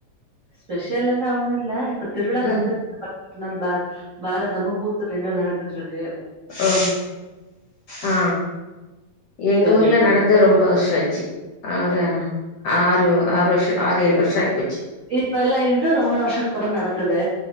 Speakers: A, on the right; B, on the left.
A: ஸ்பெஷல் எல்லா ஒன்னு இல்ல இப்ப திருவிழா நடந்துட்ருக்கு
B: ம்
A: ட்த்த நாள் பா பாரதமு கூத்து ரெண்டு நடந்துட்ருக்கு
B: ஓ ஆ எங்க
A: பதினெட்டு
B: ஊர்ல
A: நாள்
B: நட ந்தே ரொம்ப வர்ஷ ஆச்சு ஆ ஒரு ஆறு ஆறு வர்ஷ ஆறேழு வர்ஷ ஆயிப்போச்சு
A: இப்ப எல்லா இது ரொம்ப வர்ஷத்துக்கு அப்பற நடக்குது